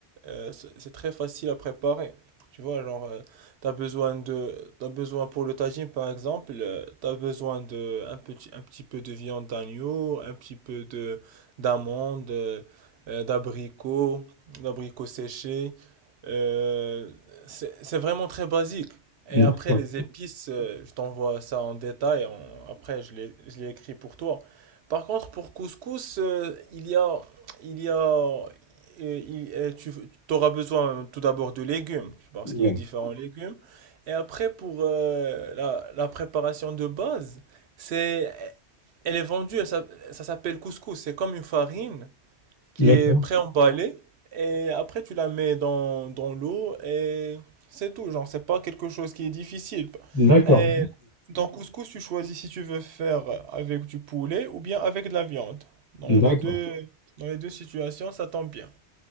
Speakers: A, on the right; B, on the left.
A: euh, c'est c'est très facile à préparer. Tu vois, genre, euh, t'as besoin de, t'as besoin pour le tagine, par exemple, euh, t'as besoin de un petit, un petit peu de viande d'agneau, un petit peu de d'amandes, euh, euh, d'abricots, d'abricots séchés. Euh, c'est, c'est vraiment très basique.
B: D'accord.
A: Et après, les épices, euh, je t'envoie ça en détail. en- après, je les, je les écris pour toi. Par contre, pour couscous, euh, il y a, il y a, euh, il- euh, tu auras besoin euh, tout d'abord de légumes, parce
B: Oui.
A: qu'il y a différents légumes. Et après, pour euh, la, la préparation de base, c'est, elle est vendue, elle ça, s'appelle couscous. C'est comme une farine qui
B: D'accord.
A: est pré-emballée et après tu la mets dans, dans l'eau et c'est tout. Genre, c'est pas quelque chose qui est difficile.
B: D'accord.
A: Et dans couscous, tu choisis si tu veux faire avec du poulet ou bien avec de la viande. Dans
B: D'accord,
A: les deux, dans les deux situations, ça tombe bien.